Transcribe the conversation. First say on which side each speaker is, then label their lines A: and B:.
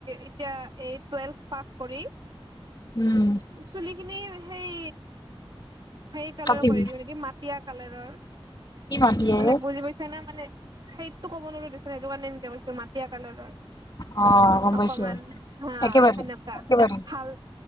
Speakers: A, on the right; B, on the left.
A: এতিয়া এই টুৱেলভ পাছ কৰি
B: উম
A: চুলি খিনি সেই সেই কালাৰ
B: কাটিবি
A: কৰি দিওঁ নেকি মাটিয় কালাৰৰ
B: কি মাতি
A: মানে
B: আহে।
A: বুজি পাইছে না মানে সেইটো কব নোৱাৰো দেছোন সেইটো কাৰেনেকে কৈছ ম টিয়া কালাৰৰ
B: অ গম
A: অকমান
B: পাইছো
A: হা
B: একেবাৰে
A: সেনেকুৱা
B: একেবাৰে
A: ভাল।